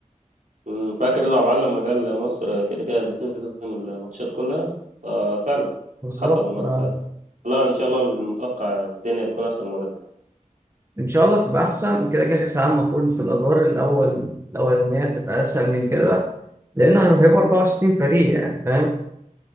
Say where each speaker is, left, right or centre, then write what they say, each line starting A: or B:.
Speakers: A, on the right (about 70°); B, on the right (about 20°).
A: أمم، فاكر رضا عبد العال لما قال مصر كده كده هتلتزم الماتشات كلها آه، فعلا
B: بالظبط
A: حصل المره
B: آه.
A: اللي فاتت لا ان شاء الله المتوقع الدنيا تكون احسن المره دي
B: ان شاء الله تبقى احسن كده كده كاس العالم المفروض في الادوار الاول الاولانيه تبقى اسهل من كده لان هيبقى 64 فريق يعني فاهم